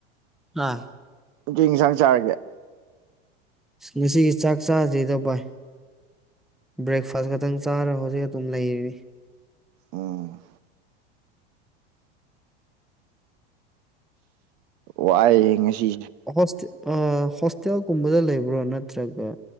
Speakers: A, in the centre; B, on the right (about 55°).
A: ꯑꯥ
B: <unintelligible> ꯏꯟꯁꯥꯡ ꯆꯥꯔꯒꯦ
A: ꯉꯁꯤꯒꯤ ꯆꯥꯛ ꯆꯥꯗꯔꯤꯗ ꯚꯏ ꯕ꯭ꯔꯦꯛꯐꯥꯁ ꯈꯛꯇꯪ ꯆꯥꯔ ꯍꯧꯖꯤꯛ ꯑꯗꯨꯝ ꯂꯩꯔꯤ
B: ꯑꯣ ꯋꯥꯏꯌꯦ ꯉꯁꯤꯁꯦ
A: ꯍꯣꯁ ꯑꯥ ꯍꯣꯁꯇꯦꯜꯒꯨꯝꯕꯗ ꯂꯩꯕ꯭ꯔꯣ ꯅꯠꯇ꯭ꯔꯒ